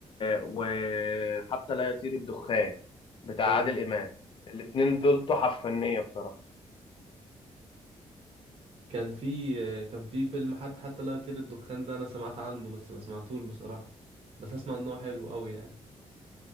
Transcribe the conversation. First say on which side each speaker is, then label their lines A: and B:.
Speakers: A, on the left; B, on the right.
A: وحتى لا يطير الدخان بتاع
B: اه
A: عادل إمام الاتنين دول تحف فنية بصراحة
B: كان في آه، كان في فيلم حتى حتى لا يطير الدخان ده انا سمعت عنه بس ما سمعتوش بصراحة بس اسمع ان هو حلو قوي يعني